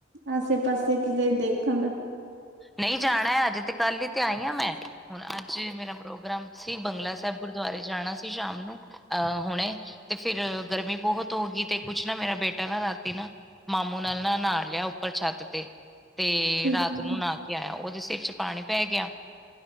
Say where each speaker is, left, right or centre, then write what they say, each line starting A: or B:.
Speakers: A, on the right; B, in the centre.
A: ਆਸੇ -ਪਾਸੇ ਕਿਤੇ ਦੇਖਣ?
B: ਨਹੀਂ ਜਾਣਾ ਅੱਜ ਤੇ ਕੱਲ ਹੀ ਤੇ ਆਈ ਹਾਂ ਮੈਂ। ਹੁਣ ਅੱਜ ਮੇਰਾ ਪ੍ਰੋਗਰਾਮ ਸੀ ਬੰਗਲਾ ਸਾਹਿਬ ਗੁਰਦੁਆਰੇ ਜਾਣਾ ਸੀ ਸ਼ਾਮ ਨੂੰ, ਅਹ! ਹੁਣੇ ਤੇ ਫਿਰ ਗਰਮੀ ਬਹੁਤ ਹੋ ਗਈ ਤੇ ਕੁਛ ਨਾ ਮੇਰਾ ਬੇਟਾ ਨਾ ਰਾਤੀ ਨਾ ਮਾਮੂ ਨਾਲ ਨਾ ਨਹਾ ਲਿਆ ਉੱਪਰ ਛੱਤ ਤੇ। ਤੇ
A: ਠੀਕ
B: ਰਾਤ
A: ਹੈ
B: ਨੂੰ
A: ਜੀ
B: ਨਾਹਾ ਕੇ ਆਇਆ ਉਹਦੇ ਸਿਰ ਚ ਪਾਣੀ ਪੈ ਗਿਆ